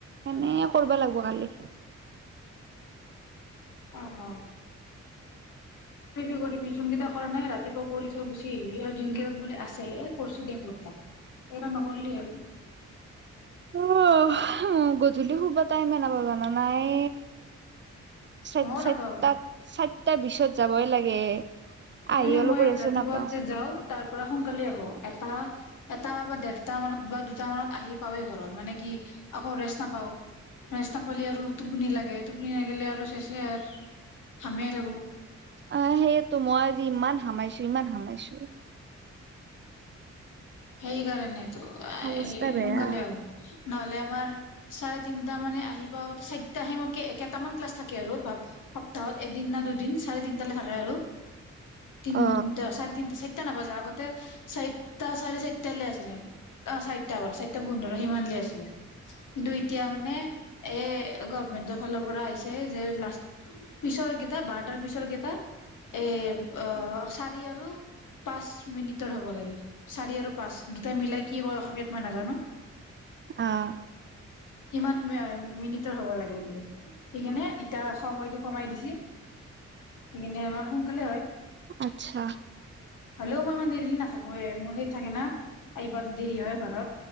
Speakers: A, on the right (about 40°); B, on the left (about 80°).
A: এনে কৰিব লাগব কালি।
B: অঁ কৰিবি-কৰিবি যোনকেইটা কৰা নাই ৰাতিপুৱা কৰি থৈ গুচি আহিবি আৰু যোনকেইটাত বুলে আছে এ কৰছো দে মোৰ তাত, এইকেইটা নকৰিলে হ'ল।
A: অ' গধূলি শুবা টাইমে নাপাও জানা না এ চই
B: মইও
A: ছয়তা
B: নাপাওঁ
A: চাৰত্তা বিছত যাবই লাগে। <inaudible>
B: সেইকাৰণে
A: অলপো
B: মই
A: ৰেষ্ট
B: ৰাতিপুৱাতে
A: নাপাওঁ
B: যাওঁ, তাৰ পৰা সোনকালে আহো, এটা এটা বা দেৰটা মানত বা দুটা মানত আহি পাওৱেই ঘৰত মানে কি আকৌ ৰেষ্ট নাপাওঁ। ৰেস্ত নাপালি আৰু টোপনি লাগে। টোপনি লাগিলে আৰু শেষেই আৰ। হামিয়াই থাকো।
A: অঁ সেইটো, মই আজি ইমান হামাইছো- ইমান হামাইছো।
B: সেইকাৰণে ত' আই
A: অৱস্থা
B: হে
A: বেয়া
B: সোনকালে আহোঁ, নহ'লে আমাৰ চাৰে তিনটা মানে আহি পাও, চাৰিটা আহি মক এই কেইটামান ক্লাছ থাকে আৰু ভাব সপ্তাহত এদিন না দুদিন চাৰে তিনটালৈ থাকে আৰু। তিনতা
A: অ
B: চাৰ তিনটা চাৰ টা নবযা আগতে চাইটা চাৰে চাৰিটালেআছিলে অ চাৰিটা বাৰ চাৰিটা পোন্ধৰ সিমান লি আছিলে কিন্তু এতিয়া মানে এ গভমেন্টৰ ফালৰ পৰা আহিছে যে লাষ্ট পিছৰ কেইটা বাৰটাৰ পিছৰ কেইটা এ অ ই আৰু পাঁচ মিনিটৰ হ'ব লাগে। চাৰি আৰু পাঁচ দুটাইমিলাই কি কয় অসমীয়াত মই নাজানো।
A: আহ।
B: কিমান মিনিটৰ হ'ব লাগে বুলি? সেইকাৰণে ইতা সময়টো কমাই দিছ <unintelligible> লে হয়।
A: আচ্ছা
B: হলেও মই ইমান দেৰিলি নাথাকোয়ে। মোৰ থাকে না আহিপাওঁতে দেৰি হয় ঘৰত।